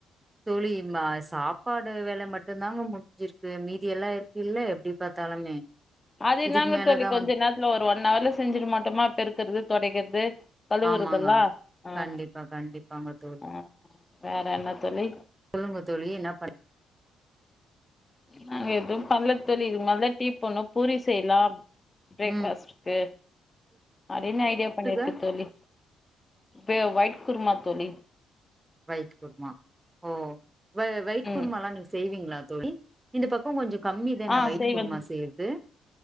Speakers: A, on the right; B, on the left.
A: தோழி மா சாப்பாடு வேல மட்டு தாங்க முடிஞ்சிருக்கு மீதி எல்லா இருக்கு இல்ல எப்டி பாத்தாலுமே
B: அது என்னாங்க
A: இதுக்கு மேலதா
B: தோழி கொஞ்ச
A: வந்
B: நேரத்துல ஒரு ஒன் ஹவர்ல செஞ்சிட மாட்டோமா பெருக்கிறது தொடைக்கிறது கழுவுறதெல்லா
A: ஆமாங்க
B: ஆ
A: கண்டிப்பா கண்டிப்பாங்க தோழி
B: ஆ வேற என்ன தோழி
A: சொல்லுங்க தோழி என்ன பண்
B: நாங்க எதுவும் பண்ல தோழி இது மேல தா டீ போட்ணு பூரி செய்லாம் பிரேக்
A: ம்
B: ஃபாஸ்டுக்கு அப்டின்னு ஐடியா
A: தொட்டுக்க
B: பண்ணிருக்கே தோழி கே ஒயிட் குருமா தோழி
A: வயிட் குருமா ஓ வ வயிட்
B: ம்
A: குருமாலா நீங்க செய்வீங்களா தோழி இந்த பக்கோ கொஞ்சோ கம்மி தான
B: ஆ
A: வயிட்
B: செய்வே
A: குருமா
B: தோ
A: செய்றது